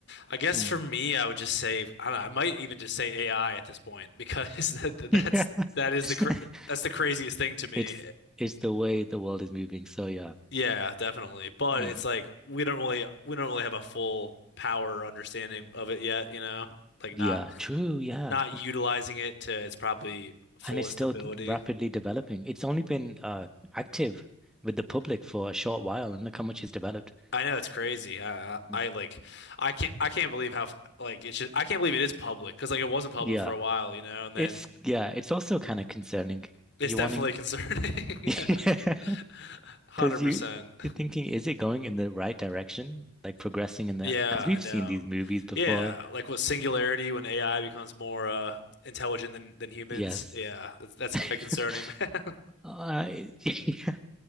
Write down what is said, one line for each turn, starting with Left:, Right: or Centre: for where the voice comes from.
Left: I guess
Centre: Mm.
Left: for me, I would just say I don't know. I might even just say AI at this point because <laughs> that, that's
Centre: <laughs> Yeah. <laughs>
Left: that is the cra- that's the craziest thing to me.
Centre: It's it's the way the world is moving. So yeah.
Left: Yeah, definitely. But
Centre: Hmm.
Left: it's like we don't really we don't really have a full power understanding of it yet, you know? Like not
Centre: Yeah, true, yeah.
Left: not utilizing it to its probably fullest
Centre: And it's still
Left: ability.
Centre: rapidly developing. It's only been uh active with the public for a short while and look how much it's developed.
Left: I know it's crazy. I, I
Centre: Mhm.
Left: I, like I can't I can't believe how f- like it's just I can't believe it is public because like it wasn't public
Centre: Yeah.
Left: for a while, you know, and then
Centre: It's yeah, it's also kind of concerning.
Left: it's
Centre: You're
Left: definitely
Centre: wanting
Left: concerning.
Centre: <laughs> because
Left: <laughs> 100%.
Centre: you you're thinking, is it going in the right direction? Like progressing in the
Left: Yeah,
Centre: because we've
Left: I know.
Centre: seen these movies before.
Left: Yeah, like with singularity when AI becomes more uh intelligent than than humans.
Centre: Yes.
Left: Yeah, that's that's
Centre: <laughs>
Left: quite concerning, <laughs> man.
Centre: Uh, <laughs>